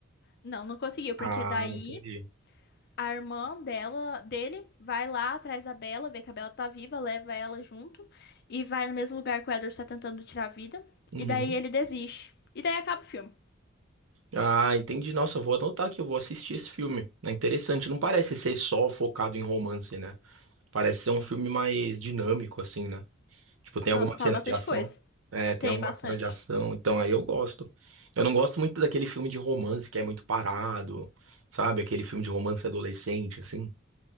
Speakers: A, on the left (about 50°); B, on the right (about 80°).
A: Não, não conseguiu, porque
B: Ah,
A: daí
B: entendi.
A: a irmã dela, dele, vai lá atrás da Bela, vê que a Bela tá viva, leva ela junto e vai no mesmo lugar que o Edward tá tentando tirar a vida.
B: Uhum.
A: E daí ele desiste. E daí acaba o filme.
B: Ah, entendi. Nossa, eu vou anotar que eu vou assistir esse filme. É interessante. Não parece ser só focado em romance, né? Parece ser um filme mais dinâmico, assim, né? Tipo, tem
A: Nossa,
B: alguma
A: fala
B: cena
A: bastante
B: de ação.
A: coisa.
B: É, tem
A: Tem
B: alguma
A: bastante.
B: cena de ação. Então aí eu gosto. Eu não gosto muito daquele filme de romance que é muito parado, sabe? Aquele filme de romance adolescente, assim.